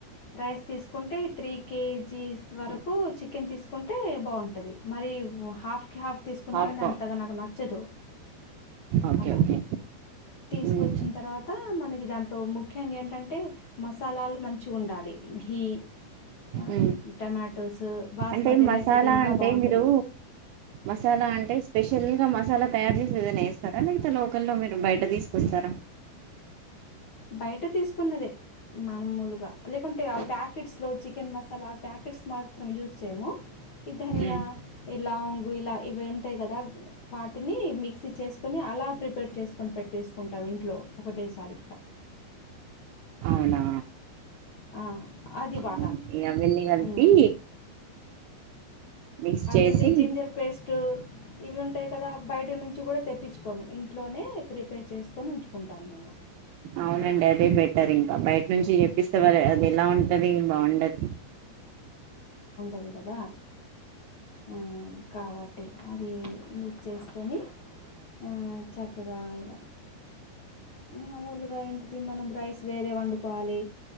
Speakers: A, on the left; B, on the right.
A: రైస్ తీసుకుంటే త్రీ కేజీస్ వరకు చికెన్ తీసుకుంటే బాగుంటది మరి హఫ్ కి హాఫ్ తీసుకున్నా
B: హాఫ్
A: గాని అంతగా నాకు నచ్చదు
B: ఓకే
A: అలా
B: ఓకే
A: తీసుకొచ్చిన
B: మ్మ్.
A: తర్వాత మనకి దాంట్లో ముఖ్యంగా ఏంటంటే మసాలాలు మంచి గుండాలి ఘీ ఆ,
B: ఉ
A: టమాటోస్ బాస్మతి
B: అంటే మసాలా
A: రైస్ అయితే ఇంకా
B: అంటే
A: బాగుంటుంది
B: మీరు మసాలా అంటే స్పెషల్ గా మసాలా క్ తయారు చేసి ఏదన్న చేస్తారా లేకపోతే లోకల్లో మీరు బయట తీసుకొస్తారా
A: బయట తీసుకున్నదే మామూలుగా లేకుంటే ఆ ప్యాకెట్స్ లో చికెన్ మసాలా ఆ ప్యాకెట్స్ మాత్రం యూజ్ చేయము ఈ ధన్య
B: మ్మ్.
A: ఈ లవంగు ఇలా ఇవి ఉ ఉంటాయి కదా వాటిని మిక్సీ చేసుకుని అలా ప్రిపేర్ చేసుకొని పెట్టేసుకుంటాం ఇంట్లో ఒకటేసారి
B: అవునా
A: ఆ అది
B: అవును.
A: వాడ్తాం
B: ఇక అవన్నీ కలిపి
A: హ్మ్
B: మిక్స్
A: అవి
B: చేసి
A: ఇంకా జింజర్ పేస్ట్ ఇవి ఉంటాయి కదా బయట నుంచి కూడా తెప్పిచ్చు కోం ఇంట్లోనే ప్రిపేర్ చేసుకొని ఉంచుకుంటాం మేము
B: అవునండి అదే బెటర్ ఇంకా బయట నుంచి తెప్పిస్తే వాల్ అది ఎలా ఉంటది బావుండది
A: అదేకదా హ్మ్ కాబట్ ట్టి అది యూజ్ చేసుకొని ఆ చక్కగా ఇగ మామూలుగా ఏంటిది మనం రైస్ వేరే వండుకోవాలి